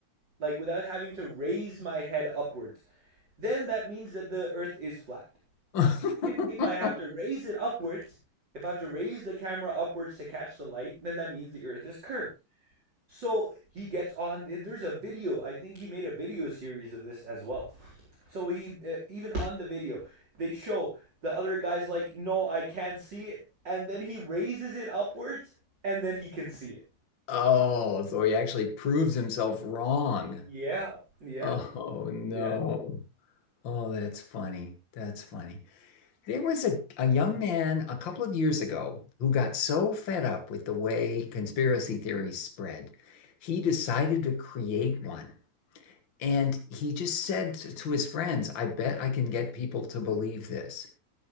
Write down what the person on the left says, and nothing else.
<laughs>
Oh, so he actually proves himself wrong.
Oh no.
Oh, that's funny. That's funny. There was a, a young man a couple of years ago who got so fed up with the way conspiracy theories spread, he decided to create one. And he just said to his friends, I bet I can get people to believe this.